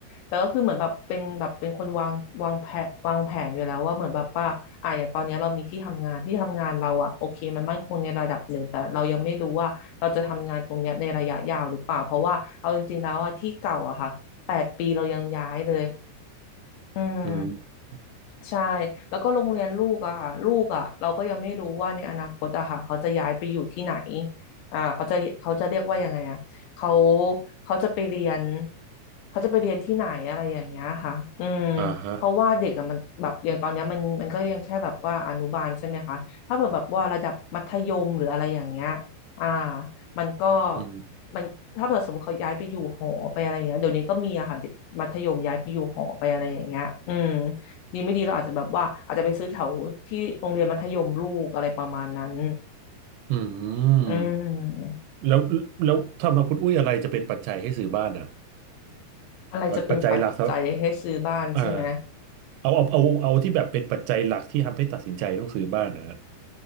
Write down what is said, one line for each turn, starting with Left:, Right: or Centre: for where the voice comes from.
Left: แต่ก็คือเหมือนแบบเป็นแบบเป็นคนวางวางแผนวางแผนอยู่แล้วว่าเหมือนแบบว่าอ่ะอย่างตอนเนี้ยเรามีที่ทำงานที่ทำงานเราอะโอเคมันมั่นคงในระดับหนึ่งแต่เรายังไม่รู้ว่าเราจะทำงานตรงเนี้ยในระยะยาวหรือเปล่าเพราะว่าเอาจริงๆแล้วอะที่เก่าอะค่ะแปดปีเรายังย้ายเลยอืม
Right: อืม
Left: ใช่แล้วก็โรงเรียนลูกอะค่ะลูกอะเราก็ยังไม่รู้ว่าในอนาคตอะค่ะเขาจะย้ายไปอยู่ที่ไหนอ่าเขาจะเขาจะเรียกว่ายังไงอะเขาเขาจะไปเรียนเขาจะไปเรียนที่ไหนอะไรอย่างเงี้ยค่ะอืม
Right: อ่าฮะ
Left: เพราะว่าเด็กอะมันแบบอย่างตอนเนี้ยมันมันก็ยังแค่แบบว่าอนุบาลใช่ไหมคะถ้าเกิดแบบว่าระดับมัธยมหรืออะไรอย่างเงี้ยอ่ามันก็
Right: อืม
Left: มันถ้าเกิดสมมติเขาย้ายไปอยู่หอไปอะไรอย่างเงี้ยเดี๋ยวนี้ก็มีอะค่ะเด็กมัธยมย้ายไปอยู่หอไปอะไรอย่างเงี้ยอืม ดีไม่ดีเราอาจจะแบบว่าอาจจะไปซื้อแถวที่โรงเรียนมัธยมลูกอะไรประมาณนั้น
Right: อืม
Left: อืม
Right: แล้วแล้วทำนองคุณอุ้ยอะไรจะเป็นปัจจัยให้ซื้อบ้านอ่ะ
Left: อะไรจะเป็นปัจจัยให้ซื้อบ้านใช่ไหม
Right: ปัจจัยหลักสำอ่าเอาเอาเอาเอาที่แบบเป็นปัจจัยหลักที่ทำให้ตัดสินใจต้องซื้อบ้านนะฮะ